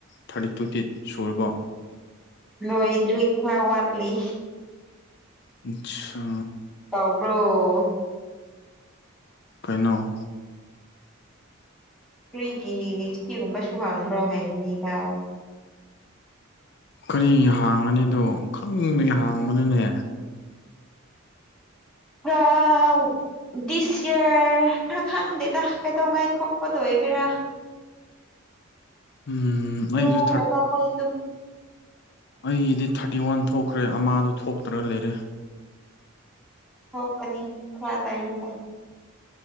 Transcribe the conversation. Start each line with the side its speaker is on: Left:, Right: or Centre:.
Left: ꯊꯥꯔꯇꯤ ꯇꯨ ꯇꯤꯠ ꯁꯨꯔꯕꯣ
Centre: ꯂꯣꯏꯗ꯭ꯔꯤ ꯈ꯭ꯔꯥ ꯋꯥꯠꯂꯤ
Left: ꯏꯠ ꯁꯥ
Centre: ꯕ꯭ꯔꯣ꯫
Left: ꯀꯩꯅꯣ꯫
Centre: ꯀꯔꯤꯒꯤꯂꯤꯂꯤ ꯁꯤꯒꯨꯝꯕꯁꯨ ꯍꯥꯡꯕ꯭ꯔꯥ ꯍꯥꯏꯕꯅꯤꯗꯥ꯫
Left: ꯀꯔꯤ ꯍꯥꯡꯉꯅꯤꯗꯣ ꯈꯪꯕꯒꯤ ꯍꯥꯡꯕꯅꯤꯅꯦ꯫
Centre: ꯄꯥꯎ <unintelligible> ꯗꯤꯁ ꯌꯔ ꯈꯔ ꯈꯪꯗꯦꯗ ꯀꯩꯗꯧꯉꯩ ꯊꯣꯛꯄꯗꯣ ꯑꯣꯏꯒꯦꯔꯥ꯫
Left: ꯎꯝ꯫
Centre: ꯅꯣꯈꯔ꯭ꯦꯗꯥ
Left: ꯑꯩꯁꯨ ꯊꯥꯔꯠ
Centre: ꯑꯩꯈꯣꯏꯁꯨ
Left: ꯑꯩꯗꯤ ꯊꯥꯔꯇꯤ ꯋꯥꯟ ꯊꯣꯛꯈ꯭ꯔꯦ ꯑꯃꯥꯗꯣ ꯊꯣꯛꯇ꯭ꯔ ꯂꯩꯔꯦ꯫
Centre: ꯊꯣꯛꯀꯅꯤ ꯈꯔ ꯂꯩꯔꯀꯥ